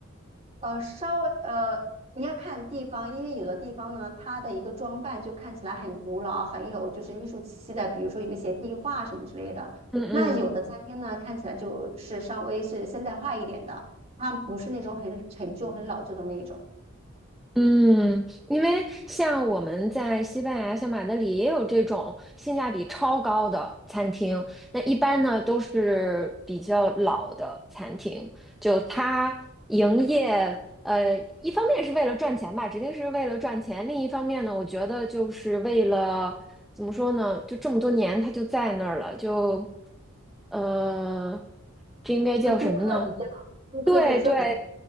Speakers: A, on the right; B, in the centre.
A: 呃，稍微呃，你要看地方，因为有的地方呢，它的一个装扮就看起来很古老，很有就是艺术气息的，比如说有一些壁画什么之类的。
B: 嗯嗯
A: 那有的餐厅呢，看起来就是稍微是现代化一点的，它不是那种很陈旧、很老旧的那种，
B: 嗯，因为像我们在西班牙，像马德里也有这种性价比超高的餐厅。那一般呢都是比较老的餐厅，就它营业，呃，一方面是为了赚钱吧，指定是为了赚钱；另一方面呢，我觉得就是为了怎么说呢，就这么多年它就在那儿了，就呃，这应该叫什么呢？
A: 就顾客比较，顾客就是说比较
B: 对对